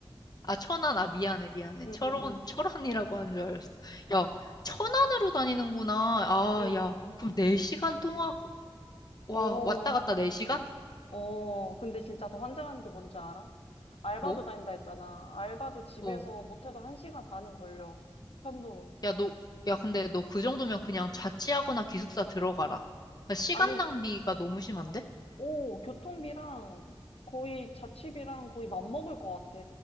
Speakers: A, on the left; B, on the left.
A: 아, 천안, 아, 미안해, 미안해.
B: 응,
A: 철원,
B: 응, 응.
A: 철원이라고 한 줄 알았어. 야, 천안으로 다니는구나. 아,
B: 응.
A: 야, 그럼 4시간 통화, 와,
B: 어,
A: 왔다 갔다 4시간?
B: 어. 근데 진짜 더 환장하는 게 뭔지 알아? 알바도
A: 뭐?
B: 다닌다 했잖아. 알바도 집에서
A: 어,
B: 못해도 1시간 반은 걸려. 편도로.
A: 야, 너, 야, 근데 너 그 정도면 그냥 자취하거나 기숙사 들어가라. 야, 시간
B: 아니,
A: 낭비가 너무 심한데?
B: 오, 교통비랑 거의 자취비랑 거의 맞먹을 것 같아.